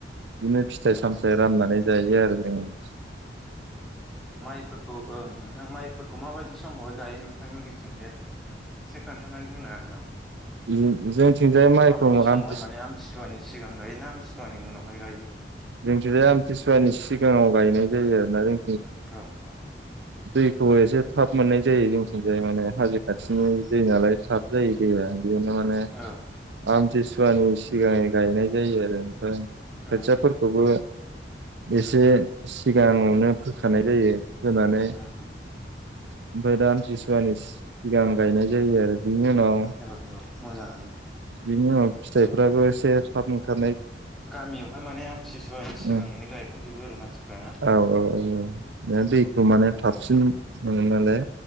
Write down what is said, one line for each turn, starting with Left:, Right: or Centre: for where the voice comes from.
Right: बिदिनो फिथाइ सामथाइ
Centre: औ
Right: राननानै जायो आरो। ए
Centre: माइफोरखौ ओं नोंथां माइफोरखौ माबायदि समाव गायो नों थांमोननिथिंजाय एसे खोन्थानानै होनो हागोन नामा?
Right: जोंथिंजाय मायखौ
Centre: माबायदि समावहाय
Right: आमथि
Centre: माने आमथिसुवानि सिगां गायो ना आमथिसुवानि उनावहाय गायो
Right: जोंथिंजाय आमथिसुवानि सि गाङाव गायनाय जायो आरोना जों
Centre: औ औ।
Right: दैखौ ऐसे थाब मोननाय जायो जोंथिंजाय माने हाजो खाथिनि
Centre: उम उम
Right: दै नालाय थाब जायो दैया बेदिनो माने
Centre: औ
Right: आमथिसुवानि सिगां गायनाय जायो आरो। ओम खोथियाफोरखौबो
Centre: उम
Right: एसे सिगाङावनो फोखानाय जायो। फोनानै
Centre: उम
Right: ओमफ्राय
Centre: उम
Right: दा आमथि सुवानि सिगां गायनाय जायो आरो। बिनि उनाव
Centre: औ औ मोजाङानो
Right: बिनि उनाव फिथाइफ्राबो एसे थाब ओंखा
Centre: गामियावहाय माने आमथिसुवानि सिगाङैनो
Right: उम
Centre: गायखांजोबो आरो मानसिफ्रा ना?
Right: औ औ औ औ दैखौ
Centre: औ
Right: माने
Centre: मोजाङानो
Right: थाबसिन
Centre: दे
Right: मोनो नालाय